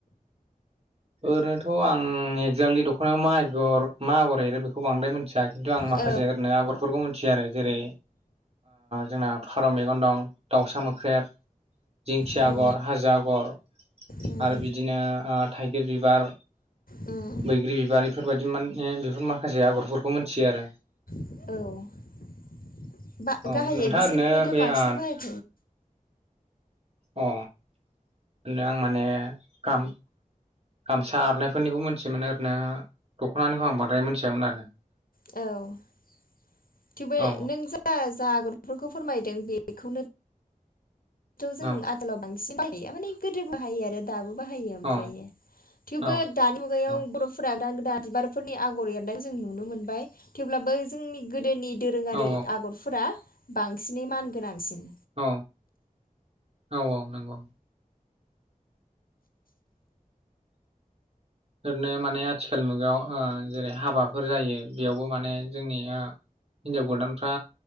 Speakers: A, on the right; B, on the left.
A: ओरैनोथ' आं एक्जाक्टलि दख'नायाव माइगर मा आगर एरो बेखौ बांद्राय मिथिया खिन्थु आं माखसे
B: औ
A: ओरै आगरफोरखौ मोन मोनथियो आरो जेरै जोंना फारौ मेगन दं दाउसा मोख्रेब दिंखिया
B: उम
A: आगर हाजो आगर
B: उम
A: आरो बिदिनो ओह थाइगिर बिबार
B: उम
A: बैग्रि बिबार बेफोरबायदि माने बेफोर माखासे आगरफोरखौ मिथियो आरो
B: औ गा
A: औ
B: गाहायै
A: नोंथाङा
B: बिसोरखौनोथ'
A: ओरैनो बे
B: बांसिन
A: अ
B: बाहाय
A: अ आं माने गाम गामसा आरनायफोरनिखौ मोनथियोमोन ओरैनो दख'नानिखौ आं बांद्राय मिथियामोन आरो
B: औ थेवबो
A: औ
B: नों जा जा आगरफोरखौ फोरमायदों बेखौनो खौ जों
A: औ
B: आगैलाव बांसिन बाहायो माने गोदो बाहायो आरो दाबो बाहायो ओमफ्रायो
A: औ
B: थेवबो
A: औ
B: दानि मुगायाव
A: औ
B: बर'फोरा गोदान गोदान बिबारफोरनि आगर एरनायाव जों नुनो मोनबाय थेवब्लाबो जोंनि गोदोनि दोरोङारि
A: औ
B: आगरफोरा बांसिनै मान गोनांसिन
A: औ औ औ नंगौ फोरनो माने आथिखाल मुगायाव जेरै हाबाफोर जायो बेयावबो माने जोंनि हिनजाव गोदानफ्रा